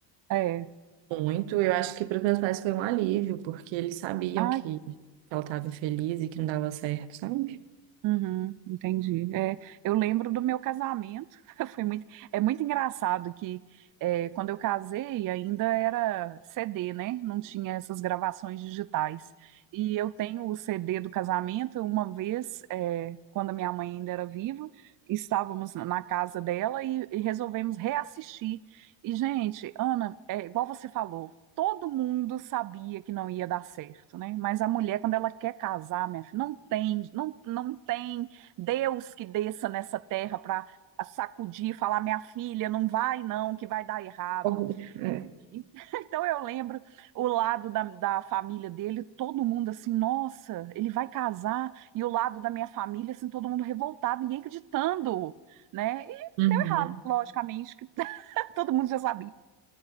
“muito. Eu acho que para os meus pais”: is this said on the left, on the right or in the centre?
Right